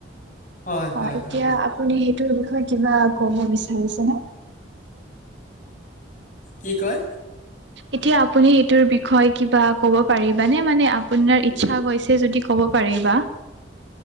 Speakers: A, on the left (about 40°); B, on the right (about 70°).
A: হয় হয়
B: অ
A: হয়।
B: এতিয়া
A: হয়
B: আপুনি সেইটোৰ বিষয়ে কিবা কব বিচাৰিছেনে?
A: কি কয়।
B: এতিয়া আপুনি সেইটোৰ বিষয়ে কিবা কব পাৰিবানে মানে আপোনাৰ ইচ্ছা গৈছে যদি। ক'ব পাৰিবা।